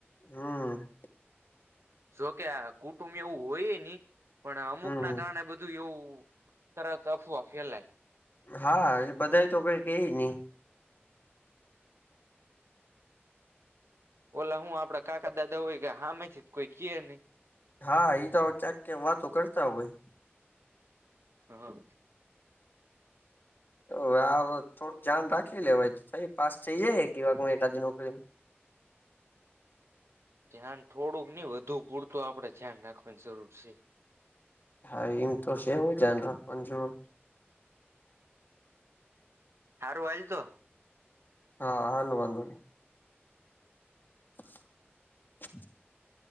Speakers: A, on the left; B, on the right.
A: હમ્મ.
B: જોકે આ કુટુંબ એવું હોય ની પણ અમુક
A: હમ
B: ના કારણે બધું એવું તરત અફવા ફેલાય.
A: હા એ બધા તો કઈ કે નહી.
B: ઓલા હું આપડા કાકા દાદા હોય કે હામેથી કોઈ કે નહી.
A: હા તો ચક કે વાતો કરતા હોય.
B: હા.
A: હવે આ થોડું ધ્યાન રાખી લેવાય તોય પાસ થઇ જાય કેવા એકાદી જ નોકરીમ. <inaudible>
B: ધ્યાન થોડુંક નહ વધુ પૂરતું આપડે ધ્યાન રાખવાની જરૂર છે.
A: હા એમ તો શેનુ ધ્યાન રાખવા ની જરુર.
B: હારું હાલ તો.
A: હા હાલ વાંધો નહી. <inaudible>